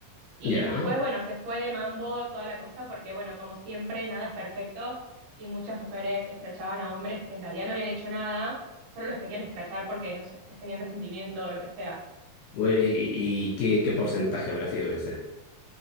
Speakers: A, on the right; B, on the left.
A: y
B: Ya.
A: después, bueno, se fue de mambo toda la cosa porque, bueno, como siempre, nada es perfecto y muchas mujeres escrachaban a hombres que en realidad no habían hecho nada, solo los querían escrachar porque, no sé, les tenían resentimiento o lo que sea.
B: Bueno, ¿y, y qué, qué porcentaje habrá sido ese?